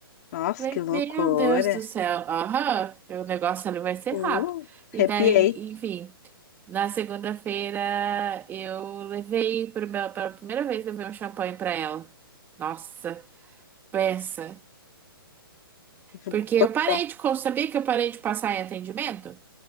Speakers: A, on the left; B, on the right.
A: Nossa,
B: Falei,
A: que loucura.
B: meu Deus do céu, aham, o negócio ali vai ser
A: Uh,
B: rápido.
A: arrepiei.
B: E daí, enfim, na segunda-feira eu levei pro meu, pela primeira vez levei um champanhe pra ela. Nossa, peça.
A: Gostou.
B: Porque eu parei de, co- sabia que eu parei de passar em atendimento?